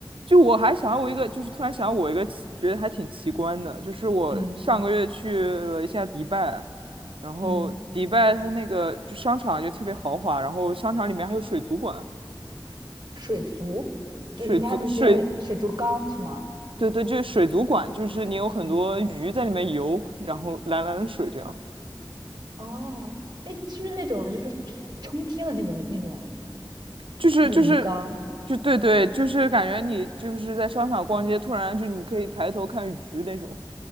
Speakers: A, on the right; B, on the right.
A: 就我还想我一个，就是突然想我一个奇，觉得还挺奇观的，就是我上个月去了一下迪拜，
B: 嗯
A: 然后迪拜它那个就商场就特别豪华，
B: 嗯
A: 然后商场里面还有水族馆。
B: 水族，就是它那些水族缸是吗？
A: 水族水对对，就是水族馆，就是你有很多鱼在里面游，
B: 嗯
A: 然后蓝蓝的水这样，
B: 哦，哎，是不是那种就是冲冲天的那种那种？
A: 就是就是
B: 那种鱼缸，
A: 就对对，就是感觉你就是在商场逛街，突然就你可以抬头看鱼那种。